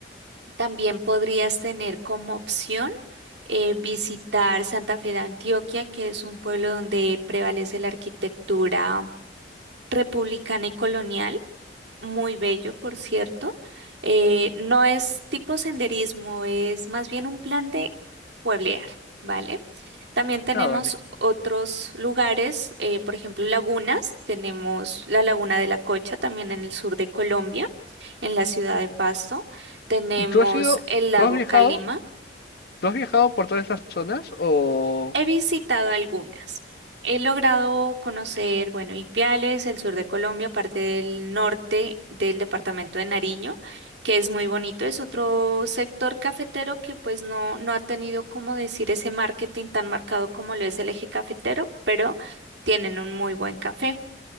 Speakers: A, on the right; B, on the left.
A: También podrías tener como opción eh, visitar Santa Fe de Antioquia, que es un pueblo donde prevalece la arquitectura republicana y colonial. muy bello, por cierto. Eh, no es tipo senderismo, es más bien un plan de pueblear, ¿vale? También tenemos
B: Ah, vale.
A: otros lugares, eh, por ejemplo, lagunas. Tenemos la Laguna de la Cocha, también en el sur de Colombia, en la ciudad de Pasto. Tenemos
B: ¿Y tú has ido,
A: el lago
B: tú has viajado,
A: Calima.
B: tú has viajado por todas esas zonas o...
A: He visitado algunas. He logrado conocer, bueno, Ipiales, el sur de Colombia, parte del norte del departamento de Nariño, que es muy bonito. Es otro sector cafetero que pues no, no ha tenido, como decir, ese marketing tan marcado como lo es el eje cafetero, pero tienen un muy buen café.